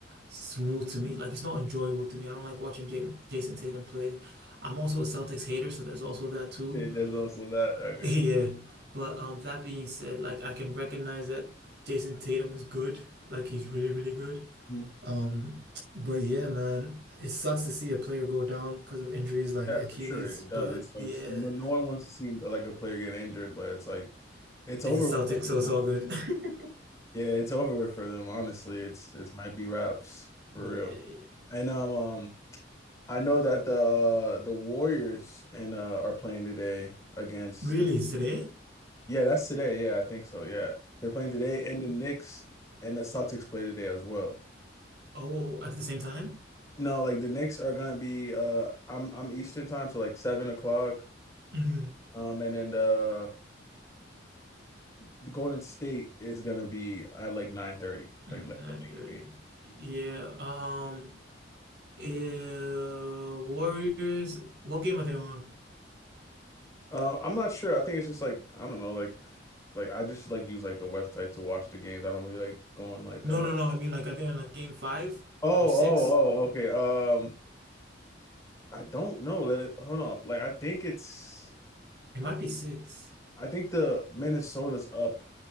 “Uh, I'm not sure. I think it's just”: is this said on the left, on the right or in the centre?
Left